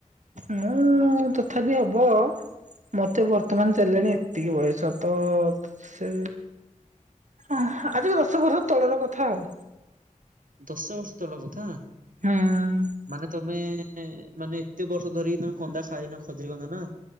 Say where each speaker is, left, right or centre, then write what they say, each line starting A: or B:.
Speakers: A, on the right; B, on the right.
A: ମୁଁ ତଥାପି ହବ ମତେ ବର୍ତ୍ତମାନ ଚାଲିଲାଣି ଏତିକି ବୟସ ତସେ ଆହା ଆଜିିକି ଦଶ ବର୍ଷ ତଳର କଥା ଆଉ।
B: ଦଶ ବର୍ଷ ତଳର କଥା
A: ହୁଁ
B: ମାନେ ତମେ ମାନେ ଏତେ ବର୍ଷ ଧରି ତମେ କନ୍ଦା ଖାଇନ ଖୋଜିଲନିନା